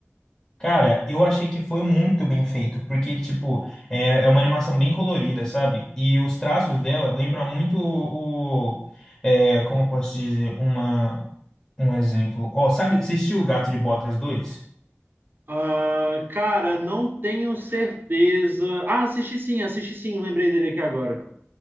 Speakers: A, on the left; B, on the right.
A: Cara, eu achei que foi muito bem feito, porque, tipo, é, é uma animação bem colorida, sabe? E os traços dela lembram muito o, o- é, como eu posso dizer, uma, um exemplo. Ó, sabe, assistiu o Gato de Botas dois?
B: Ah, cara, não tenho certeza. Ah, assisti sim, assisti sim, lembrei dele aqui agora.